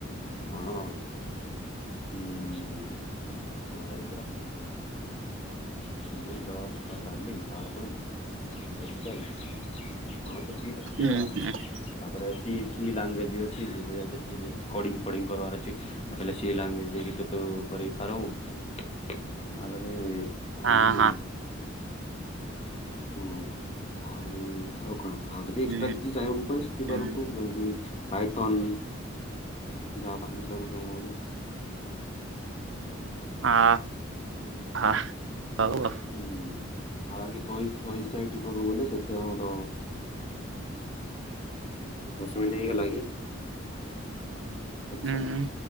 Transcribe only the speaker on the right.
ଉଁ
ହୁଁ
ହାଁ ହାଁ।
ଉଁ
ହୁଁ
<unintelligible> ହଁ ହଉ।
ହୁଁ।